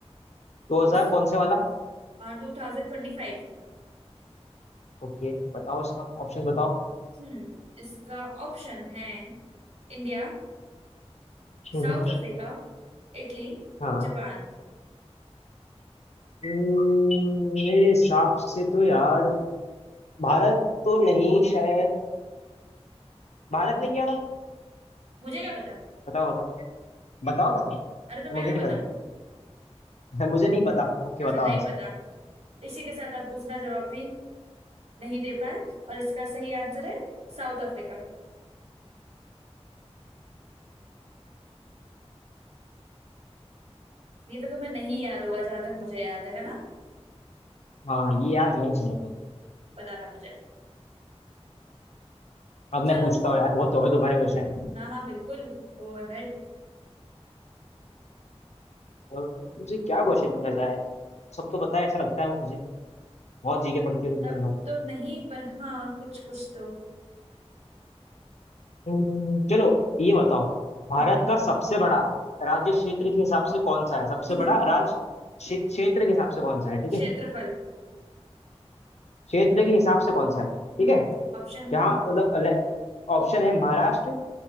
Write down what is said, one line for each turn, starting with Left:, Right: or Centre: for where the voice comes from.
Left: दो हजार
Right: उस
Left: कौन से वाला
Right: टू थाउजेंड ट्वेंटी फाइव
Left: ओके बताओ इसका ऑप्शन बताओ
Right: हम्म इसका ऑप्शन है India
Left: हम्म,
Right: South Africa Italy
Left: हाँ
Right: Japan
Left: हम्म, मेरे हिसाब से तो यार भारत तो नहीं शायद भारत
Right: हम्म
Left: ने किया था
Right: मुझे क्या पता
Left: बताओ बताओ बताओ ना तुम
Right: अरे तो मैं
Left: मुझे
Right: क्यों
Left: नहीं
Right: बताऊं
Left: पता <laughs> मुझे नहीं पता ओके
Right: अच्छा
Left: बताओ
Right: नहीं
Left: आंसर
Right: पता इसी के साथ आप दूसरा जवाब भी नहीं दे पाए और इसका सही आंसर है साउथ अफ्रीका ये तो तुम्हें नहीं याद होगा जहां तक मुझे याद है है ना
Left: हाँ ये यार नहीं था मेरे को
Right: पता था मुझे
Left: अब
Right: चलो
Left: मैं पूछता हूँ यार बहुत हो गए तुम्हारे क्वेश्चन
Right: हाँ हाँ बिल्कुल गो अहेड
Left: मुझे क्या क्वेश्चन पूछा जाए यार सब तो पता है ऐसा लगता है मुझे बहुत जी के पड़ती है तुम
Right: सब
Left: मेरे को।
Right: तो नहीं पर हाँ कुछ कुछ तो
Left: हम्म, चलो ये बताओ भारत
Right: हाँ
Left: का सबसे बड़ा राज्य क्षेत्र के हिसाब से कौन सा है सबसे
Right: <laughs>
Left: बड़ा राज्य क्षे- क्षेत्र के हिसाब से कौन सा है ठीक
Right: क्षेत्रफल
Left: है क्षेत्र के हिसाब से कौन सा है ठीक
Right: हम्म
Left: है
Right: ऑप्शन
Left: जहाँ मतलब
Right: दो
Left: ऑप्शन है
Right: हम्म
Left: महाराष्ट्र